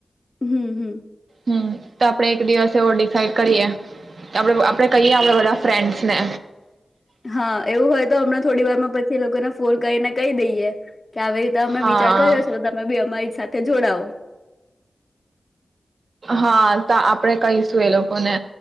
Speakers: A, on the left; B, on the right.
A: હમ હમ
B: હમ તો આપણે એક દિવસ એવો ડિસાઇડ કરીએ આપડે આપડે કહીએ આપડે બધા ફ્રેન્ડસને
A: હહ એવું હોય તો હમણાં, થોડીવારમાં પછી એ લોકોને ફોન કરીને કહી દઈએ. કે આવી રીતે અમે
B: હા
A: વિચાર કર્યો છે તો તમે બી અમારી સાથે જોડાવો
B: હા તો આપણે કહીશું એ લોકોને